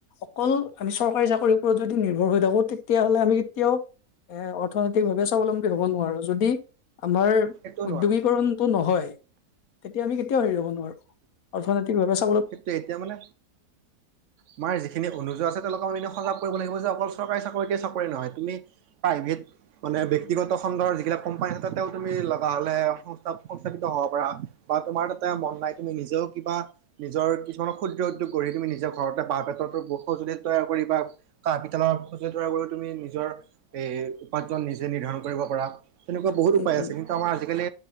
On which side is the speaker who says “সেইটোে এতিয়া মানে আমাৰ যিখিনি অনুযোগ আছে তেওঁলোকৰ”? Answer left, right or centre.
Right